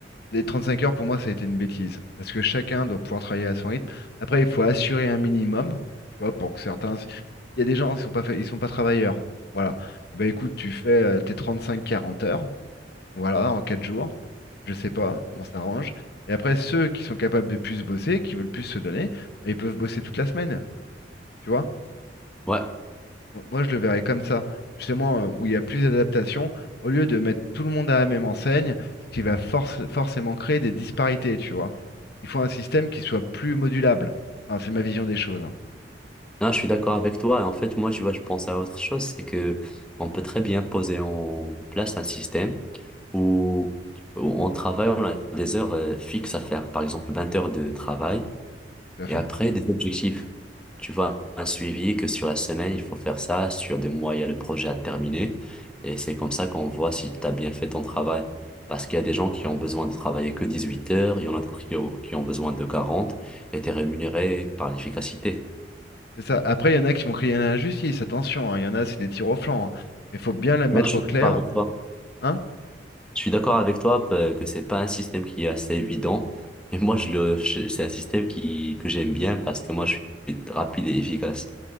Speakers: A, on the left; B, in the centre.
A: Les 35 heures, pour moi, ça a été une bêtise. Parce que chacun doit pouvoir travailler à son rythme. Après, il faut assurer un minimum, tu vois, pour que certains. Il y a des gens, ils sont pas fait- ils sont pas travailleurs. Voilà. Eh ben écoute, tu fais euh, tes 35-40 heures, voilà, en 4 jours. Je sais pas, on s'arrange. Et après, ceux qui sont capables de plus bosser, qui veulent plus se donner, ben, ils peuvent bosser toute la semaine. Tu vois?
B: Ouais,
A: Mo- Moi, je le verrais comme ça, justement, euh, où il y a plus d'adaptation, au lieu de mettre tout le monde à la même enseigne, ce qui va forc- forcément créer des disparités, tu vois. Il faut un système qui soit plus modulable. Enfin, c'est ma vision des choses, hein,
B: non, je suis d'accord avec toi. En fait, moi, tu vois, je pense à autre chose, c'est que on peut très bien poser en place un système où, où on travaille, on a des heures euh, fixes à faire, par exemple 20 heures de travail
A: tout à fait.
B: Et après, des objectifs. Tu vois, un suivi que sur la semaine, il faut faire ça, sur des mois, il y a le projet à terminer. Et c'est comme ça qu'on voit si tu as bien fait ton travail. Parce qu'il y a des gens qui ont besoin de travailler que 18 heures, il y en a d'autres qui ont qui ont besoin de 40 et tu es rémunéré par l'efficacité.
A: C'est ça. Après, il y en a qui vont crier à l'injustice, attention, hein, il y en a, c'est des tirs au flanc, hein. Mais il faut bien la mettre
B: Non, je suis
A: au clair,
B: d'accord avec toi.
A: hein.
B: Je suis d'accord avec toi euh, que c'est pas un système qui est assez évident. Et moi, je le, je- c'est un système qui, que j'aime bien parce que moi, je suis rapide et efficace.